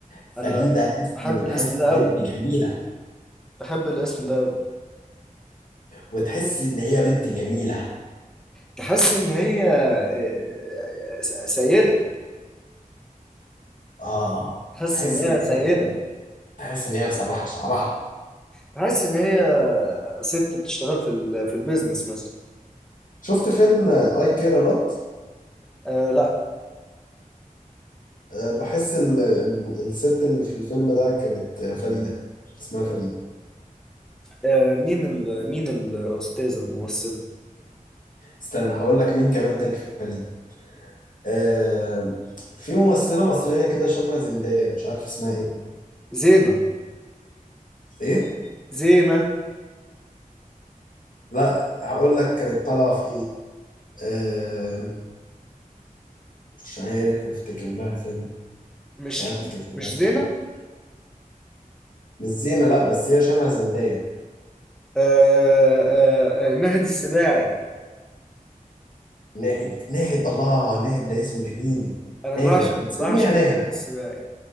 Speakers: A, on the left; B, in the centre.
A: فريدة
B: انا
A: اسم
B: احب الاسم
A: تحس
B: ده
A: بنت
B: قوي
A: جميلة
B: احب الاسم ده
A: وتحس ان هي بنت جميلة
B: تحس ان هي آه، آه، سيده
A: اه
B: تحس
A: تحس
B: ان هي
A: ان هي
B: سيده
A: تحس ان هي مسرحة شعرها
B: تحس ان هي ست بتشتغل في ال- في البيزنس مثلا
A: شفت فيلم اي كير لوت
B: آه لا
A: أه، بحس ال- ال- الست اللي في الفيلم ده كانت آه، فريدة اسمها فريدة
B: آه مين ال مين الاستاذه الممثله
A: استنى هقول لك مين كمان كان في فريدة أه، في ممثلة مصرية كده شبه زندايا مش عارف اسمها ايه
B: زينه
A: ايه
B: زينه
A: لا هقول لك كانت طالعة في ايه أه، مش عارف افتكر لها فيلم
B: مش
A: مش عارف افتكر
B: مش
A: لها فيلم
B: زينه
A: مش زينة لا بس هي شبه زندايا
B: آه آه آه، نهدي السباعي
A: ناهد ناهد الله ناهد ده اسم جميل
B: انا
A: ناهد
B: بعشق
A: بنسميها
B: بعشق
A: ناهد
B: نهدي السباعي